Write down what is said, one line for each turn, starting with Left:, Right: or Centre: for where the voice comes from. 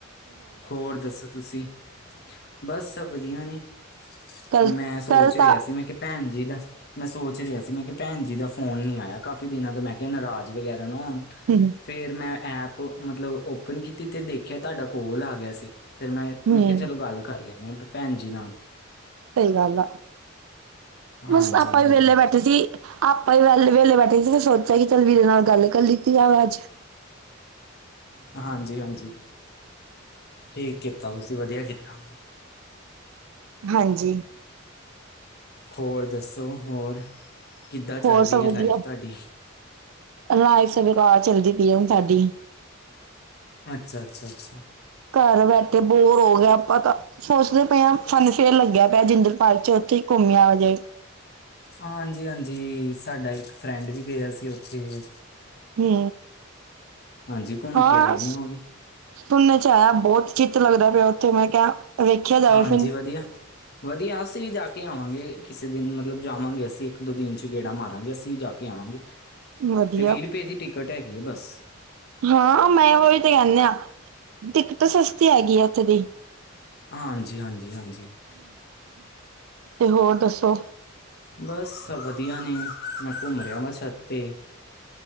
Left: ਹੋਰ ਦੱਸੋ ਤੁਸੀਂ ਬਸ ਸਭ ਵਧੀਆ ਨੇ
Right: ਕੱਲ
Left: ਮੈਂ ਸੋਚ
Right: ਕੱਲ ਤਾਂ
Left: ਰਿਹਾ ਸੀ ਮੈਂ ਕਿਹਾ ਭੈਣ ਜੀ ਦਾ ਮੈਂ ਸੋਚ ਰਿਹਾ ਸੀ ਮੈਂ ਕਿਹਾ ਭੈਣ ਜੀ ਦਾ ਫੋਨ ਨ ਨਹੀਂ ਆਇਆ ਕਾਫ਼ੀ ਦਿਨਾਂ ਤੋਂ, ਮੈਂ ਕਿਹਾ ਨਾਰਾਜ਼ ਵਗੈਰਾ ਨਾ ਹੋਣ
Right: ਹਮ <inaudible>
Left: ਫੇਰ ਮੈਂ ਐਪ ਮਤਲਬ ਓਪਨ ਕੀਤੀ ਤੇ ਦੇਖਿਆ ਤੁਹਾਡਾ ਕਾੱਲ ਆ ਗਿਆ ਸੀ ਫੇਰ ਮੈਂ
Right: ਹੂੰ
Left: ਮੈਂ ਕਿਹਾ ਚਲੋ ਗੱਲ ਕਰ ਲੈਂਨੇ ਆਂ ਭੈਣ ਜੀ ਨਾਲ
Right: ਸਹੀ ਗੱਲ ਆ ਬਸ
Left: ਹਾਂਜੀ
Right: ਆਪਾਂ
Left: ਹਾਂਜੀ
Right: ਵੀ ਵੇਲੇ ਬੈਠੇ ਸੀ ਆਪਾਂ ਵੀ ਵਹਲੇ ਵਹਲੇ ਬੈਠੇ ਸੀ ਫਿਰ ਸੋਚਿਆ ਕਿ ਚੱਲ ਵੀਰੇ ਨਾਲ ਗੱਲ ਕਰ ਲਤੀ ਜਾਵੇ ਅੱਜ
Left: ਹਾਂਜੀ ਹਾਂਜੀ ਠੀਕ ਕੀਤਾ ਤੁਸੀਂ ਵਧੀਆ ਕੀਤਾ
Right: ਹਾਂਜੀ
Left: ਹੋਰ ਦੱਸੋ ਹੋਰ ਕਿੱਦਾਂ ਚੱਲ
Right: ਹੋਰ
Left: ਰਹੀ
Right: ਸਭ
Left: ਹੈ
Right: ਵਧੀਆ
Left: ਲਾਈਫ ਤੁਹਾਡੀ
Right: ਲਾਈਫ ਬਕਾਰ ਚੱਲਦੀ ਪਈ ਹੈ ਹੁਣ ਸਾਡੀ
Left: ਅੱਛਾ ਅੱਛਾ ਅੱਛਾ
Right: ਘਰ ਬੈਠੇ ਬੋਰ ਹੋ ਗਏ ਆਂ ਆਪਾਂ ਤਾਂ ਸੋਚਦੇ ਪਏ ਹਾਂ ਫਨ ਫੇਯਰ ਲੱਗਿਆ ਪਿਆ ਜਿੰਦਰ ਪਾਰਕ ਚ ਉੱਥੇ ਹੀ ਘੁੰਮਿਆ ਜਾਏ
Left: ਹਾਂਜੀ ਹਾਂਜੀ ਸਾਡਾ ਇੱਕ ਫਰੈਂਡ ਵੀ ਗਿਆ ਸੀ ਉੱਥੇ
Right: ਹੂ
Left: ਹਾਂਜੀ ਘੁੰਮ
Right: ਹਾਂ,
Left: ਕੇ ਆਏ ਨੇ ਉਹ ਵੀ
Right: ਸੁਣਨ ਚ ਆਇਆ ਬਹੁਤ ਚਿੱਤ ਲੱਗਦਾ ਪਿਆ ਉੱਥੇ ਮੈਂ ਕਿਹਾ ਵੇਖਿਆ ਜਾਵੇ
Left: ਹਾਂਜੀ
Right: ਫਿਰ
Left: ਵਧੀਆ। ਵਧੀਆ ਅਸੀਂ ਵੀ ਜਾ ਕੇ ਆਵਾਂਗੇ ਕਿਸੇ ਦਿਨ ਮਤਲਬ ਜਾਵਾਂਗੇ ਅਸੀਂ ਇੱਕ-ਦੋ ਦਿਨ 'ਚ ਗੇੜਾ ਮਾਰਾਂਗੇ ਅਸੀਂ ਜਾ ਕੇ ਆਵਾਂਗੇ,
Right: ਵਧੀਆ
Left: ਤੇ ਵੀਹ ਰੁਪਏ ਦੀ ਟਿਕਟ ਹੈਗੀ ਏ ਬਸ।
Right: ਹਾਂ ਮੈਂ ਉਹੀ ਤੇ ਕਹਿੰਨੇ ਆ, ਟਿਕਟ ਸਸਤੀ ਹੈਗੀ ਆ ਉੱਥੇ ਦੀ।
Left: ਹਾਂਜੀ ਹਾਂਜੀ ਹਾਂਜੀ।
Right: ਤੇ ਹੋਰ ਦੱਸੋ।
Left: ਬਸ ਵਧੀਆ ਨੇ, ਮੈਂ ਘੁੰਮ ਰਿਹਾ ਵਾ ਛੱਤ 'ਤੇ।